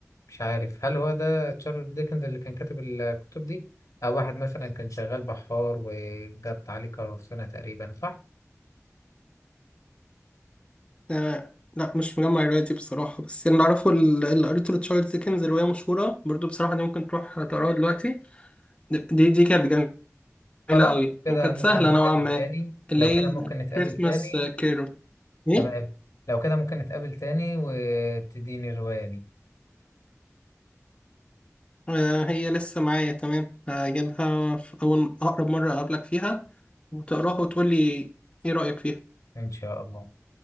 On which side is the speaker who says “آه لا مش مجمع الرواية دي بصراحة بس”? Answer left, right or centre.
Left